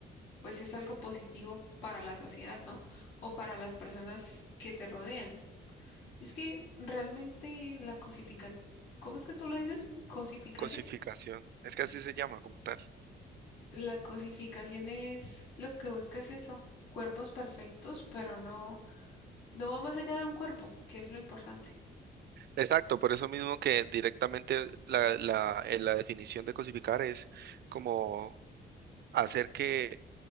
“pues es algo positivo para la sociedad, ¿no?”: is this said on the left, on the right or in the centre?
Left